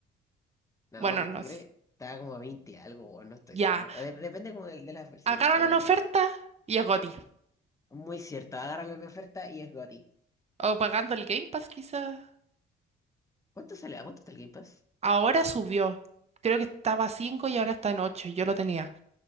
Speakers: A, on the left (about 15°); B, on the right (about 30°).
A: No,
B: Bueno,
A: pues,
B: no
A: ¿tú crees? Estaba como a 20 algo, o no estoy
B: Ya,
A: seguro. O de- depende como de, de las versiones,
B: agarran
A: pero
B: una oferta y es Goti.
A: muy cierto. Agárralo en oferta y es goti.
B: O pagando el Game Pass quizás.
A: ¿Cuánto sale? ¿A cuánto está el Game Pass?
B: Ahora subió. Creo que estaba a 5 y ahora está en 8. Yo lo tenía.